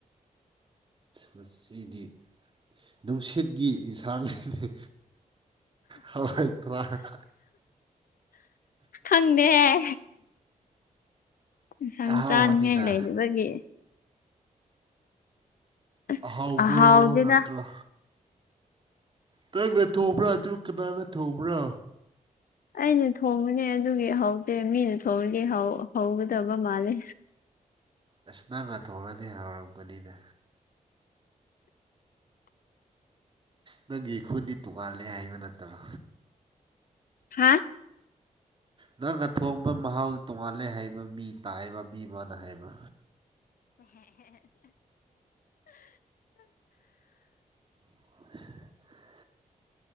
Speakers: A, on the right; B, on the left.
A: ꯃꯁꯤꯗꯤ ꯅꯨꯡꯁꯤꯠꯀꯤ ꯌꯦꯟꯁꯥꯡꯅꯤꯅꯦ ꯍꯋꯥꯏ ꯊ꯭ꯔꯥꯛ
B: ꯈꯪꯗꯦꯍꯦ ꯏꯟꯁꯥꯡ
A: ꯑꯍꯥꯎꯕꯅꯤꯅ
B: ꯆꯥꯅꯤꯉꯥꯏ ꯂꯩꯇꯕꯒꯤ ꯑꯁ
A: ꯑꯍꯥꯎꯕ꯭ꯔꯣ
B: ꯍꯥꯎꯗꯦꯗ
A: ꯅꯠꯇ꯭ꯔ ꯇꯪꯅ ꯊꯣꯡꯕ꯭ꯔ ꯑꯗꯨ ꯀꯅꯥꯅ ꯊꯣꯡꯕ꯭ꯔ
B: ꯑꯩꯅ ꯊꯣꯡꯕꯅꯦ ꯑꯗꯨꯒꯤ ꯍꯧꯇꯦ ꯃꯤꯅ ꯊꯣꯡꯉꯗꯤ ꯍꯧ ꯍꯧꯒꯗꯕ ꯃꯥꯜꯂꯦ
A: ꯑꯁ ꯅꯪꯅ ꯊꯣꯡꯔꯗꯤ ꯍꯧꯔꯝꯒꯅꯤꯗ ꯅꯪꯒꯤ ꯈꯨꯟꯗꯤ ꯇꯣꯉꯥꯜꯂꯦ ꯍꯥꯏꯕ ꯅꯠꯇ꯭ꯔꯣ
B: ꯍꯥꯥ
A: ꯅꯪꯅ ꯊꯣꯡꯕ ꯃꯍꯥꯎꯗꯤ ꯇꯣꯉꯥꯟꯂꯦ ꯍꯩꯕ ꯃꯤ ꯇꯥꯏꯕ ꯃꯤ ꯃ ꯥꯅꯍꯥꯏꯕ <unintelligible>